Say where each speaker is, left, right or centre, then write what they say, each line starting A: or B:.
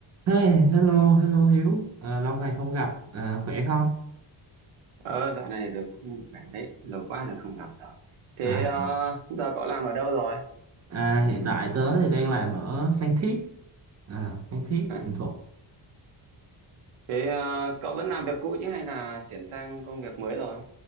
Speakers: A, on the right; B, on the right.
A: Hey, hello, hello Hiếu, à, lâu ngày không gặp, à, khỏe không?
B: Ờ, dạo này tôi cũng khỏe đấy, lâu quá rồi không gặp rồi. Thế
A: À,
B: ờ, giờ cậu làm ở đâu rồi?
A: à, hiện tại tớ thì đang làm ở Phan Thiết, à, Phan Thiết,
B: À,
A: Bình Thuận.
B: thế ờ, cậu vẫn làm việc cũ chứ hay là chuyển sang công việc mới rồi?